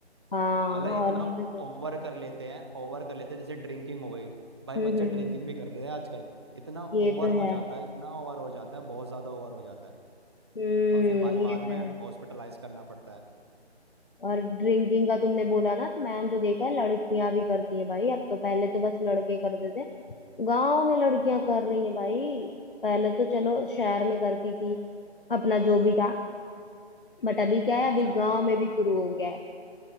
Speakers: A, on the left; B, on the right.
A: हाँ
B: मतलब इतना
A: और नहीं तो क्या
B: ओवर कर लेते हैं ओवर कर लेते हैं जैसे ड्रिंकिंग हो गई भाई
A: हम्म
B: बच्चे
A: हम्म
B: ड्रिंकिंग भी कर रहे हैं आजकल इतना
A: ये
B: ओवर
A: तो है
B: हो जाता है इतना ओवर हो जाता है बहुत ज्यादा ओवर हो जाता है
A: हम्म
B: और फिर भाई
A: ये
B: बाद
A: तो
B: में
A: है
B: हॉस्पिटलाइज करना पड़ता है
A: और ड्रिंकिंग का तुमने बोला ना तो मैंने तो देखा है लड़कियां भी करती हैं भाई अब तो पहले तो बस लड़के करते थे गांव में लड़कियां
B: हम्म
A: कर रही हैं भाई पहले तो चलो शहर में करती थी अपना जो भी था बट अभी क्या है
B: अच्छा
A: अभी गांव में भी शुरू हो गया है